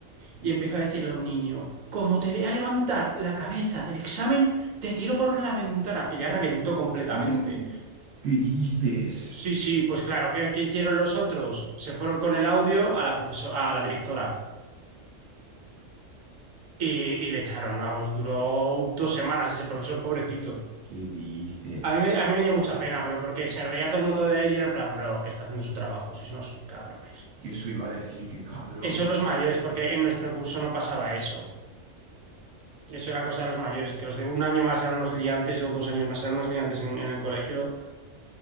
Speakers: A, on the right; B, on the right.
A: Y empezó a decirle a un niño: Como te vea levantar la cabeza del examen, te tiro por la ventana, que ya reventó completamente.
B: Oh, ¿Qué dices?
A: Sí, sí, pues claro, ¿qué, qué hicieron los otros? Se fueron con el audio a la profesora, a la directora. Y, y le echaron, vamos, duró dos semanas ese profesor, pobrecito.
B: ¿Qué dices?
A: A mí, me, a mí me dio mucha pena, pero porque se reía todo el mundo de él y era en plan, bro, está haciendo su trabajo, sois unos cabrones.
B: Que eso iba a decir, qué cabrón.
A: Eso los mayores, porque en nuestro curso no pasaba eso. Eso era cosa de los mayores, que los de un año más eran unos liantes o dos años más eran unos liantes en, en el colegio.